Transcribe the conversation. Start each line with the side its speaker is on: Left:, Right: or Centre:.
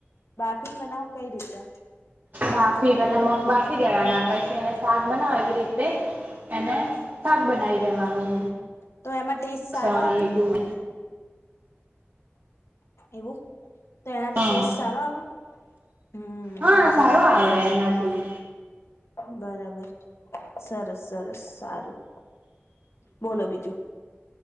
Left: બાફીને બનાવ કઈ રીતે?
Right: બાફી પેલા મગ બાફી દેવાના. પછી એને શાક બનાવો એવી રીતે એને શાક બનાવી દેવાનું.
Left: તો એમાં ટેસ્ટ
Right: લસણ
Left: સારો આવે?
Right: મીઠું
Left: એવું? તો એનાથી
Right: હા
Left: ટેસ્ટ સારો આવે? હમ્મ
Right: હા સારો આવે એનાથી
Left: બરાબર. સરસ સરસ. સારું. બોલો બીજું